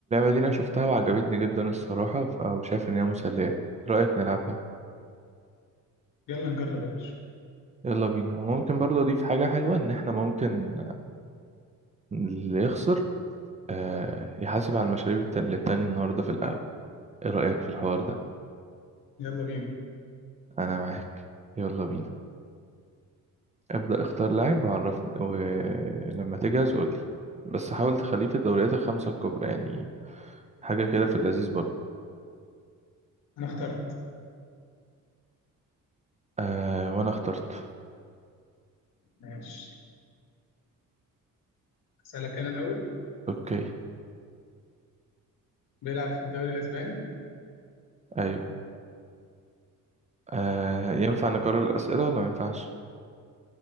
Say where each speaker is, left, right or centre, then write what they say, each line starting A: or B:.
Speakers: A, on the right (about 20°); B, on the left (about 75°).
A: دي أنا شفتها وعجبتني جدا الصراحة ف- وشايف إن هي مسلية إيه رأيك نلعبها
B: يلا نجرب يا باشا
A: يلا بينا وممكن برضه أضيف حاجة حلوة إن إحنا ممكن اللي يخسر آه، يحاسب على المشاريب الت- للتاني النهاردة في القهوة إيه رأيك في الحوار ده
B: يلا بينا
A: أنا معاك يلا بينا ابدأ اختار لاعب وعرفني ولما تجهز قولي بس حاول تخليه في الدوريات الخمسة الكبرى يعني حاجة كده في اللذيذ برضه
B: أنا اخترت
A: آه وأنا اخترت
B: ماشي أسألك أنا الأول
A: أوكي
B: بيلعب في الدوري الأسباني؟
A: أيوه آه ينفع
B: حلو
A: نكرر الأسئلة ولا ما ينفعش؟